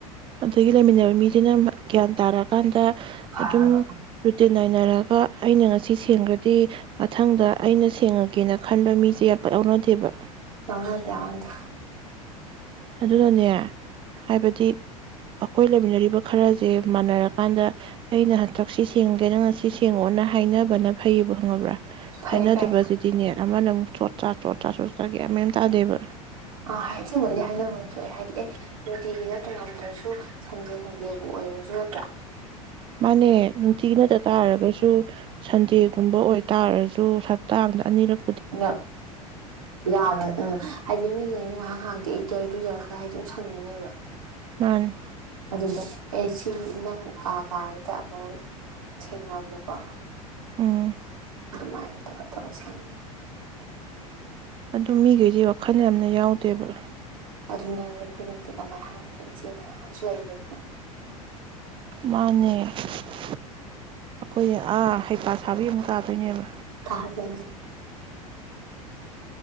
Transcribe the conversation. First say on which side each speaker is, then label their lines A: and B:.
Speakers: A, on the right; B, on the right.
A: ꯑꯗꯒꯤ ꯂꯩꯃꯤꯟꯅꯕ ꯃꯤꯁꯤꯅ ꯒ꯭ꯌꯥꯟ ꯇꯥꯔꯀꯥꯟꯗ
B: ꯈꯔ
A: ꯑꯗꯨꯝ ꯔꯨꯇꯤꯟ ꯅꯥꯏꯅꯔꯒ ꯑꯩꯅ ꯉꯁꯤ ꯁꯦꯡꯈ꯭ꯔꯗꯤ꯫ ꯃꯊꯪꯗ ꯑꯩꯅ ꯁꯦꯡꯉꯒꯦꯅ ꯈꯟꯕ ꯃꯤꯁꯦ ꯌꯥꯝ ꯄꯥꯛ ꯌꯥꯎꯅꯗꯦꯕ꯫
B: ꯌꯧꯅꯗꯦ ꯌꯧꯅꯗꯦ
A: ꯑꯗꯨꯅꯅꯦ ꯍꯥꯏꯕꯗꯤ ꯑꯩꯈꯣꯏ ꯂꯩꯃꯤꯟꯅꯔꯤꯕ ꯈꯔꯁꯦ ꯃꯥꯟꯅꯔꯀꯥꯟꯗ ꯑꯩꯅ ꯍꯟꯇꯛ ꯁꯤ ꯁꯦꯡꯒꯦ ꯅꯪꯅ ꯁꯤ ꯁꯦꯡꯉꯣꯅ ꯍꯥꯏꯅꯕꯅ ꯐꯩꯌꯦꯕ ꯈꯪꯉꯕ꯭ꯔꯥ꯫
B: ꯐꯩ
A: ꯍꯥꯏꯅꯗꯕꯁꯤꯗꯤꯅꯦ꯫
B: ꯐꯩ
A: ꯑꯃꯅ ꯑꯃꯨꯛ ꯆꯣꯠ ꯆ꯭ꯔꯥ ꯆꯣꯠ ꯆ꯭ꯔꯥ ꯆꯣꯠ ꯆ꯭ꯔꯥ ꯒꯌꯥꯟ ꯃꯦꯟ ꯑꯃ ꯇꯥꯗꯦꯕ꯫
B: ꯑꯥ ꯁꯦꯡꯕꯩꯗꯤ ꯍꯥꯏꯅꯐꯝ ꯊꯣꯛꯑꯦ ꯍꯥꯏꯗꯤ ꯑꯦ ꯅꯨꯡꯇꯤꯒꯤ ꯅꯠꯇꯁꯨ ꯉꯝꯗ꯭ꯔꯁꯨ ꯁꯟꯗꯦ ꯁꯟꯗꯦꯕꯨ ꯑꯣꯏꯔꯁꯨ ꯅꯠꯇꯔꯥ꯫
A: ꯃꯥꯅꯦ ꯅꯨꯡꯇꯤꯒꯤꯅꯗ ꯇꯥꯔꯒꯁꯨ ꯁꯟꯗꯦꯒꯨꯝꯕ ꯑꯣꯏ ꯇꯥꯔꯁꯨ ꯁꯞꯇꯥ ꯑꯃꯗ ꯑꯅꯤꯔꯛ
B: ꯎ ꯌꯥꯕ ꯑ ꯍꯥꯏꯗꯤ ꯃꯤꯉ ꯅꯍꯥꯛꯇꯤꯔꯨꯖꯔꯒ ꯍꯥꯏꯁꯦ ꯑꯗꯨꯨꯝ ꯁꯪꯅꯅꯦꯕ
A: ꯃꯥꯅꯤ
B: ꯑꯗꯨꯗꯁꯤ ꯅꯪ ꯀꯥ ꯀꯥꯗ ꯑꯃꯛ ꯊꯦꯡꯉꯗꯀꯣ
A: ꯎꯝ
B: ꯑꯗꯨ ꯃꯥꯏꯗ ꯊ ꯁ
A: ꯑꯗꯨ ꯃꯤꯒꯤꯗꯤ ꯋꯥꯈꯜ ꯌꯥꯝꯅ ꯌꯥꯎ ꯇꯦꯕꯜ
B: ꯑꯗꯨꯅꯦ ꯑꯩꯈꯣꯏꯅꯗꯤ ꯀꯃꯥꯏꯅ ꯍꯥꯏꯔꯅꯤ ꯏꯆꯦ ꯃꯌꯥꯝꯁꯨ ꯂꯩꯕꯅꯤꯅ
A: ꯃꯥꯅꯦ ꯑꯩꯈꯣꯏꯒꯤ ꯑꯥ ꯍꯩꯄꯥ ꯁꯥꯕꯤ ꯑꯃꯨ ꯇꯥꯗꯣꯏꯅꯦꯕ
B: ꯊꯥꯖ